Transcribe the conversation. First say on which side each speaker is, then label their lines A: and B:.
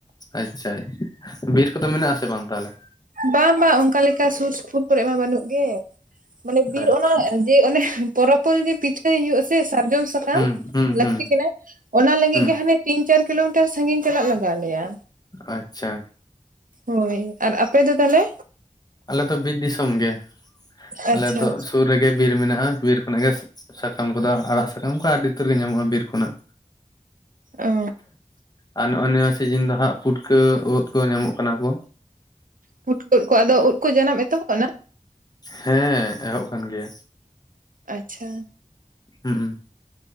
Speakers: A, on the left; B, on the right.
A: ᱟᱪᱪᱷᱟ ᱵᱤᱨ ᱠᱚᱫᱚ ᱢᱮᱱᱟᱜ ᱟᱥᱮ ᱵᱟᱝ ᱛᱟᱦᱚᱞᱮ
B: ᱵᱟᱝ ᱵᱟᱝ ᱚᱱᱠᱟ ᱞᱮᱠᱟ ᱥᱩᱨ ᱥᱩᱯᱩᱨ ᱠᱚᱨᱮ ᱢᱟ ᱵᱟᱹᱱᱩᱜ ᱜᱮ ᱢᱟᱱᱮ ᱵᱤᱨ
A: ᱟᱪᱪᱷᱟ
B: ᱚᱱᱟ ᱡᱮ ᱚᱱᱮ ᱯᱚᱨᱚᱵ ᱯᱚᱨᱤ ᱯᱤᱴᱷᱟᱹᱦᱳᱭᱳᱜ-ᱟ ᱥᱮ ᱥᱟᱨᱡᱚᱢ ᱥᱟᱠᱟᱢ
A: ᱦᱩᱸ ᱦᱩᱸ
B: ᱞᱟᱹᱠᱛᱤ
A: ᱦᱩᱸ
B: ᱠᱟᱱᱟ᱾ ᱚᱱᱟ ᱞᱟᱹᱜᱤᱫ
A: ᱦᱩᱸ
B: ᱜᱮ ᱦᱟᱱᱮ ᱛᱤᱱ ᱪᱟᱨ ᱠᱤᱞᱳᱢᱤᱴᱟᱨ ᱥᱟᱹᱜᱤᱧ ᱪᱟᱞᱟᱜ ᱞᱟᱜᱟᱣ ᱞᱮᱭᱟ᱾
A: ᱟᱪᱪᱷᱟ
B: ᱦᱳᱭ ᱟᱨ ᱟᱯᱮ ᱫᱚ ᱛᱟᱦᱚᱞᱮ
A: ᱟᱞᱮ ᱫᱚ ᱵᱤᱨ ᱫᱤᱥᱚᱢ ᱜᱮ
B: ᱟᱪᱪᱷᱟ
A: ᱟᱞᱮ ᱫᱚ ᱥᱩᱨ ᱨᱮᱜᱮ ᱵᱤᱨ ᱢᱮᱱᱟᱜ-ᱟ ᱵᱤᱨ ᱠᱷᱚᱱᱟᱜ ᱜᱮ ᱥᱟᱠᱟᱢ ᱠᱚᱫᱚ ᱟᱲᱟᱜ ᱥᱟᱠᱟᱢ ᱠᱚ ᱟᱹᱰᱤ ᱩᱛᱟᱹᱨ ᱜᱮ ᱧᱟᱢᱚᱜ-ᱟ ᱵᱤᱨ ᱠᱷᱚᱱᱟᱜ᱾
B: ᱚ
A: ᱟᱨ ᱱᱚᱜ-ᱚᱭ ᱱᱚᱣᱟ ᱥᱤᱡᱤᱱ ᱫᱚ ᱦᱟᱸᱜ ᱯᱩᱴᱠᱟᱹ ᱩᱫ ᱠᱚ ᱧᱟᱢᱚᱜ ᱠᱟᱱᱟ ᱠᱚ᱾
B: ᱯᱩᱴᱠᱟᱹ ᱩᱫ ᱟᱫᱚ ᱩᱫ ᱠᱚ ᱡᱟᱱᱟᱢ ᱮᱛᱚᱦᱚᱵ ᱱᱟ᱾
A: ᱦᱮᱸ ᱮᱦᱚᱵ ᱠᱟᱱ ᱜᱮᱭᱟ᱾
B: ᱟᱪᱪᱷᱟ᱾
A: ᱦᱩᱸ